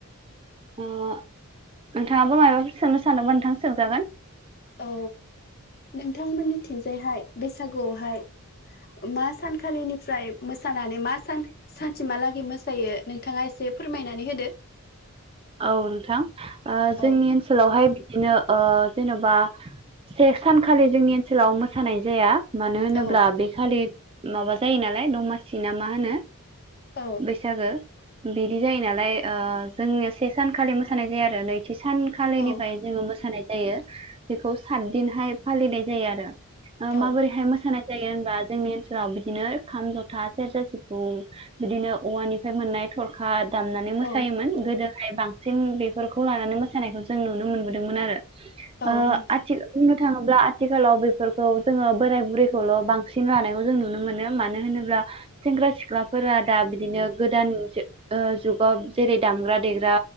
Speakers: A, on the right; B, on the left.
A: ओ नोंथाङाबो माबाफोर सोंनो सानदोंबा नोंथांआ सोंजागोन
B: औ नोंथांमोननिथिंजायहाय बैसागुआवहाय मा सानखालिनिफ्राय मोसानानै मा सान सानसेमहालागै मोसायो नोंथाङा एसे फोरमायनानै होदो
A: औ नोंथां जोंनि
B: औ
A: ओनसोलावहाय बिदिनो ओ जेन'बा से सानखालि जोंनि ओनसोलाव मोसानाय जाया मानो होनोब्ला
B: औ
A: बे खालि माबा जायो नालाय दमासिना मा होनो?
B: औ
A: बैसागो बिदि जायो नालाय ओ जोंनि से सानखालि मोसानाय जाया आरो नैथि सानखालिनिफाय
B: औ
A: जोङो मोसानाय जायो बेखौ सात दिनहाय फालिनाय जायो आरो। ओ
B: औ
A: माबोरैहाय मोसानाय जायो होनबा जोंनि ओनसोलाव बिदिनो खाम जथा सेरजा सिफुं बिदिनो औवानिफ्राय मोननाय थरखा दामनानै मोसायोमोन
B: औ
A: गोदो। हाय बांसिन बेफोरखौ लानानै मोसानायखौ जों नुनो मोनबोदोंमोन आरो।
B: औ
A: ओ
B: नोंथां
A: आथिल बुंनो थाङोब्ला आथिखालाव बेफोरखौ जोङो बोराय बुरैखौल' बांसिन लानायखौ जों नुनो मोनो मानो होनोब्ला सेंग्रा सिख्लाफोरा दा बिदिनो गोदान जो ओ जुगाव जेरै दामग्रा देग्रा